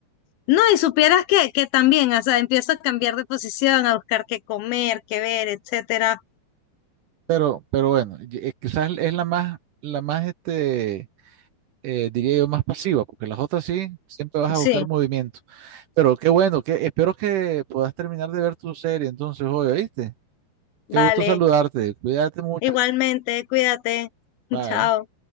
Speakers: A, on the left; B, on the right.
A: No, y supieras que, que también, o sea, empiezo a cambiar de posición, a buscar qué comer, qué ver, etcétera.
B: Pero, pero bueno, y- eh, quizás es la más, la más este, eh, diría yo, más pasiva, porque las otras sí, siempre vas a buscar
A: Sí,
B: movimiento. Pero qué bueno, que espero que puedas terminar de ver tu serie entonces hoy, ¿oíste? Qué
A: vale.
B: gusto saludarte, cuídate mucho.
A: Igualmente, cuídate.
B: Bye.
A: <laughs> Chao.